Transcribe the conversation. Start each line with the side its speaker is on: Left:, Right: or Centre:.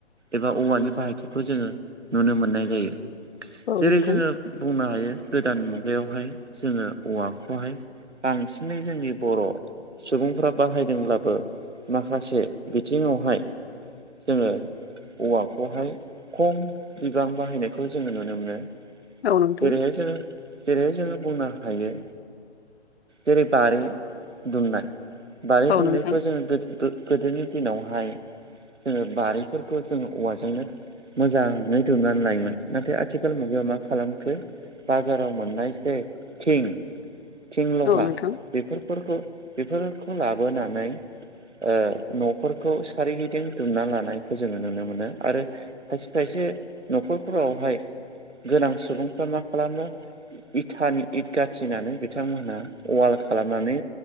Right: एबा औवानि बाहायथिखौ जोङो नुनो मोननाय जायो जेरै
Left: नोंथां
Right: जोङो बुंनो हायो गोदान मुगायावहाय जोङो औवाखौहाय बांसिनै जोंनि बर' सुबुंफ्रा बाहायदोंब्लाबो माखासे बिथिङावहाय जोङो औवाखौहाय खम बिबां बाहायनायखौ जोङो नुनो मोनो।
Left: औ नोंथां
Right: जेरैहाय जोङो जेरै जोङो बुंनो हायो जेरै बारि दुमनाय। बारि
Left: औ
Right: दुमनायखौ
Left: नोंथां
Right: जोङो गो-गो-गोदोनि दिनावहाय जोङो बारिफोरखौ जोङो औवाजोंनो मोजाङै दुमनानै लायोमोन नाथाय आथिखाल मुगायाव मा खालाम खो बाजाराव मोननाय जे थिं। थिं लहा
Left: औ नोंथां
Right: बेफोरखौ बेफोरखौ लाबोनानै ओ न'फोरखौ सोरगिदिं दुमना लानायखौ जोङो नुनो मोनो आरो खायसे खायसे न'खरफोरावहाय गोनां सुबुंफ्रा मा खालामो इथानि इद गाथिनानै बिथांमोनहा अवाल खालामनानै